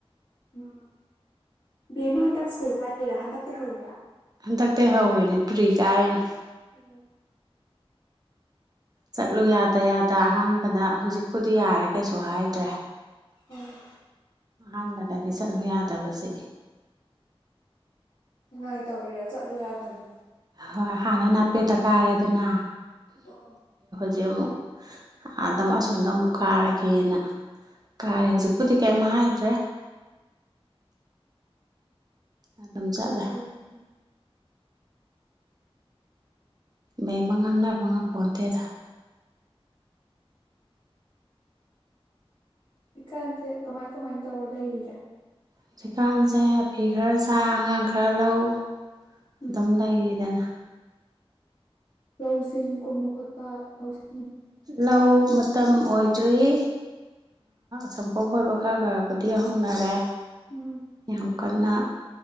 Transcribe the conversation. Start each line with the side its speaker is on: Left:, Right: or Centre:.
Left: ꯎꯝ ꯕꯦꯝꯃ ꯍꯟꯗꯛ ꯁ꯭ꯀꯨꯜ ꯀꯥꯏꯔꯤꯔ ꯍꯟꯗꯛꯇ ꯍꯧꯔꯤꯔ
Right: ꯍꯟꯗꯛꯇ ꯍꯧꯔꯤꯅꯦ ꯄ꯭ꯔꯤ ꯀꯥꯔꯤꯅꯦ
Left: ꯎꯝ
Right: ꯆꯠꯂꯨ ꯌꯥꯗ ꯌꯥꯗ ꯑꯍꯥꯟꯕꯗ ꯍꯧꯖꯤꯛꯄꯨꯗꯤ ꯌꯥꯔꯦ ꯀꯩꯁꯨ ꯍꯥꯏꯗ꯭ꯔꯦ
Left: ꯎꯝ
Right: ꯑꯍꯥꯟꯕꯗꯗꯤ ꯆꯠꯂꯨ ꯌꯥꯗꯕꯁꯦ
Left: ꯇꯔꯌ ꯇꯧꯔꯤꯔ ꯆꯠꯂꯣ ꯌꯥꯗꯕ
Right: ꯍꯣꯏ ꯍꯥꯟꯅꯅꯄꯦꯠꯇ ꯀꯥꯔꯦꯗꯅ
Left: ꯑꯣ
Right: ꯖꯤꯛ ꯑꯃꯨꯛ ꯑꯗꯥ ꯑꯁꯣꯝꯗ ꯑꯃꯨꯛ ꯀꯥꯔꯒꯦꯅ ꯀꯥꯔꯦ
Left: ꯎꯝ
Right: ꯍꯧꯖꯤꯛꯄꯨꯗꯤ ꯀꯔꯤꯝ ꯍꯥꯏꯗ꯭ꯔꯦ ꯑꯗꯨꯝ ꯆꯠꯂꯦ
Left: ꯐꯔꯦ ꯐꯔꯦ
Right: ꯕꯦꯝꯃ ꯉꯥꯡꯅꯕ ꯉꯝꯄꯣꯟꯇꯦꯗ
Left: ꯍꯧꯖꯤꯛꯀꯥꯟꯁꯦ ꯀꯃꯥꯏ ꯀꯃꯥꯏ ꯇꯧꯔ ꯂꯩꯔꯤꯒꯦ
Right: ꯍꯧꯖꯤꯛꯀꯥꯟꯁꯦ ꯐꯤ ꯈꯔ ꯁꯥ ꯑꯉꯥꯡ ꯈꯔ ꯂꯧ ꯑꯗꯨꯝ
Left: ꯎꯝ
Right: ꯂꯩ ꯏꯗꯅ
Left: ꯂꯧꯁꯤꯡ ꯀꯨꯝꯕ ꯈꯣꯠꯄ ꯂꯧꯁꯤꯡ
Right: ꯂꯧ ꯃꯇꯝ ꯑꯣꯏ ꯑꯗꯨꯏ ꯁꯝꯄꯣꯛ ꯈꯣꯏꯕ ꯈꯔ ꯈꯔꯕꯨꯗꯤ ꯍꯧꯅꯔꯦ
Left: ꯎꯝ
Right: ꯌꯥꯝ ꯀꯟꯅ